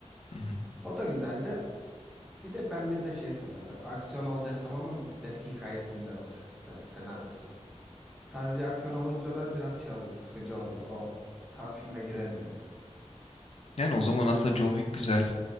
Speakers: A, on the left; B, in the centre.
A: Hı hı.
B: O da güzeldi. Bir de ben bir de şey seviyorum mesela aksiyon olacak tamam ama bir de hikayesi güzel olacak. Böyle senaryosu. Sadece aksiyon olunca da biraz şey oluyor, sıkıcı oluyor. O tam filme giremiyor yani.
A: Yani o zaman aslında John Wick güzel.